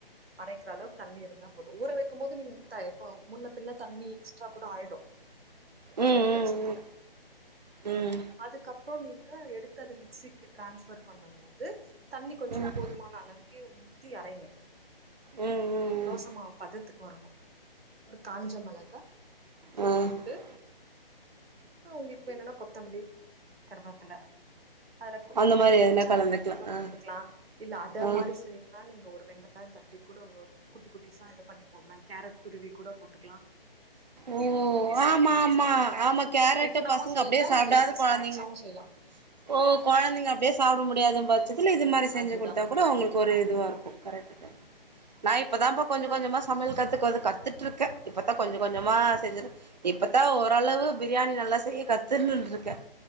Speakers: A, on the right; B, on the right.
A: அரைக்கிற அளவுக்கு தண்ணி இருந்தா போதும் ஊற வைக்கும் போது நீங்க த முன்ன பின்ன தண்ணி எக்ஸ்ட்ரா கூட ஆயிடும் அது
B: ம்
A: ஒண்ணும் பிரச்சனை
B: ம்
A: இல்ல ஓகேங்களா
B: ம் ம்
A: அதுக்கப்புறம் நீங்க எடுத்து அது மிக்ஸிக்கு டிரான்ஸ்பர் பண்ணும் தண்ணி கொஞ்சம்
B: ம்
A: போதுமான அளவுக்கே அறைங்க
B: ம் ம்
A: தோசைமாவுபதத்துக்கு
B: ம்
A: ஒரு காஞ்ச மிளகா ஒருபூண்டு
B: ஆ ஆ
A: ஆஹ உங்களுக்கு வேணன்னா கொத்த கொத்தமல்லி கரவேப்பில அதுல
B: அந்த
A: சின்ன
B: மாரி
A: சின்னதா
B: எதுனா
A: சாப்
B: கலந்துக்கலா
A: கூட
B: ஆ
A: போட்டுக்லாம் இல்ல அட
B: ஆ
A: மாரி செய்யன்னா நீங்க ஒரு வெங்காயம் தட்டி கூட குட்டி குட்டிசாை பண்ணி போடலாம் கேரட் துருவி கூட போட்டு
B: ஓ
A: ஸ்நாக்ஸ்ன்னு
B: ஆமா ஆமா
A: சொல்லலா
B: ஆமா கேரட்டு்
A: டிஃபனாவு
B: பசங்க
A: செய்யலா
B: அப்டியே சாப்டாது
A: இல்ல ஹெல்தி
B: கொழந்தைங்க
A: ஸ்நாக்ஸாவு செய்யலா
B: ஓ கொழந்தைங்க அப்டியே சாப்ட முடியாது இது மாதிரி செஞ்சு
A: அதுதா
B: கொடுத்தா கூட உங்களுக்கு ஒரு
A: ஆமா
B: இதுவா இருக்கும்
A: ஆமா ஆமா ஆமா
B: நான் இப்பதான் கொஞ்சம்
A: நம்
B: கொஞ்சமா சமையல் கத்து க்கு வந்து கத்துட்ருக்கேன் கொஞ்சம் கொஞ்சமா
A: அப்டிங்களா
B: செஞ்சது இப்பத்தான் ஓரளவு
A: அப்டிங்களா
B: பிரியாணி நல்லா செய்ய கத்து திருநண்ட இருக்கேன்